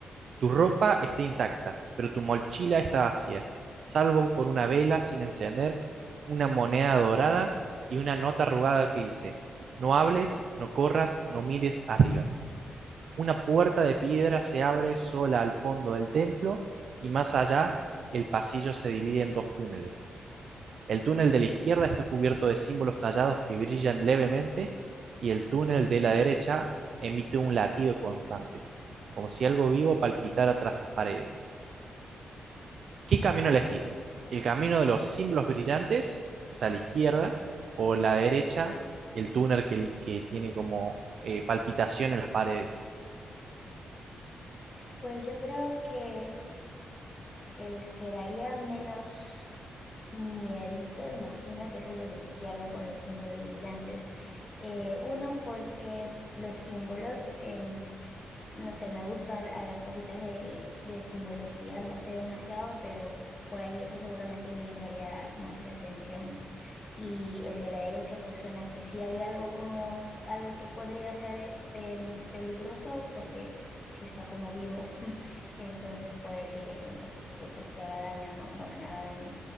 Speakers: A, on the right; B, on the left.
A: Tu ropa está intacta, pero tu mochila está vacía, salvo por una vela sin encender, una moneda dorada y una nota arrugada que dice, no hables, no corras, no mires arriba. Una puerta de piedra se abre sola al fondo del templo y más allá el pasillo se divide en dos túneles. El túnel de la izquierda está cubierto de símbolos tallados que brillan levemente y el túnel de la derecha emite un latido constante, como si algo vivo palpitara tras las paredes. ¿Qué camino
B: Wow.
A: elegís? ¿El camino de los símbolos brillantes, o sea, la izquierda, o la derecha, el túnel que, que tiene como eh, palpitación en las paredes?
B: Pues yo creo que el que daría menos miedito, imagino que es el de la izquierda con los símbolos brillantes. Eh, uno, porque los símbolos, em no sé, me gustan a las cositas de, de simbología, no sé demasiado, pero por ahí eso seguramente me llamaría más la atención. Y el de la derecha, pues suena que sí hay algo como algo que podría ser eh, peligroso, porque si está como vivo, <laughs> entonces puede que, no sé, que pues te haga daño, no, bueno, me haga daño.